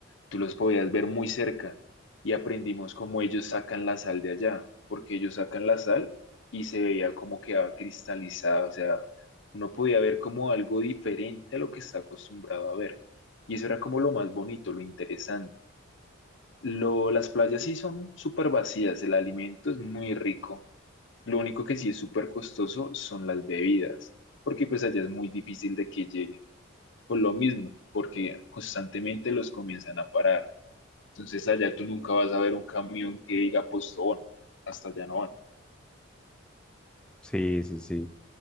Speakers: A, on the left; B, in the centre.
A: Tú los podías ver muy cerca y aprendimos cómo ellos sacan la sal de allá, porque ellos sacan la sal y se veía como quedaba cristalizada, o sea, uno podía ver como algo diferente a lo que está acostumbrado a ver. Y eso era como lo más bonito, lo interesante. Lo, las playas sí son súper vacías, el alimento es muy rico. Lo único que sí es súper costoso son las bebidas, porque pues allá es muy difícil de que lleguen. Por lo mismo, porque constantemente los comienzan a parar. Entonces allá tú nunca vas a ver un camión que diga Postobón, hasta allá no van.
B: Sí, sí, sí.